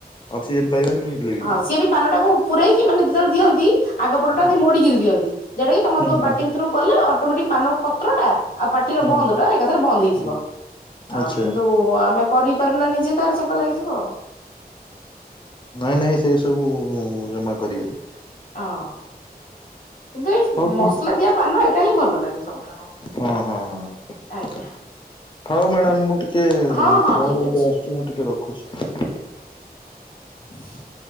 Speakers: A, on the left; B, on the left.
A: ଅକ୍ସିଜେନ ପାଇବନି। ଲିଭିଯିବ।
B: ହଁ ସିଏ ବି ପାନଟାକୁ ପୁରରେଇକି ମାନେ ଯେତେବେଳେ ଦିଅନ୍ତି ଆଗ ପଟଟା
A: ହୁଁ
B: ଏମିତି
A: ହୁଁ
B: ମୋଡିକିରି ଦିଅନ୍ତି। ଯେଇଟା କି ତମ
A: ହୁଁ
B: ଦ ପାଟି ଭିତୁରୁକୁ ଗଲେ ଅଟୋମେଟିକ ପାନ ପତ୍ର ଟା ଆଉ ପାଟିର
A: ହୁଁ ହୁଁ
B: ବନ୍ଦ ଟା ଏକାଥରେ ବନ୍ଦ
A: ହୁଁ।
B: ହେଇଯିବ,।
A: ଆଚ୍ଛା
B: ଆଉ କିନ୍ତୁ ଆମେ କରିପାରିଲାନି ଯେ ତାର ଚେଙ୍କ ଲାଗିଯିବ ଆଉ।
A: ନାଇଁ ନାଇଁ ସେ ସବୁ ଜମା କରିବେନି।
B: ହଁ କିନ୍ତୁ ଏଇ
A: ହଉ ଠିକ
B: ମସଲା ଦିଆ ପାନ ଏଇଟା ହିଁ ଭଲ ଲାଗେ ସବୁଠାରୁ।
A: ହଁ ହଁ ହଁ।
B: ଆଜ୍ଞା
A: ହଉ ମ୍ୟାଡାମ୍ ମୁଁ ଟିକେ
B: ହଁ ହଁ
A: ଫୋନ୍
B: ଠିକ
A: ଗୋଟେ
B: ଅଛି
A: ଆସୁଚି ମୁଁ ଟିକେ ରଖୁଛି।
B: ହୁଁ <inaudible>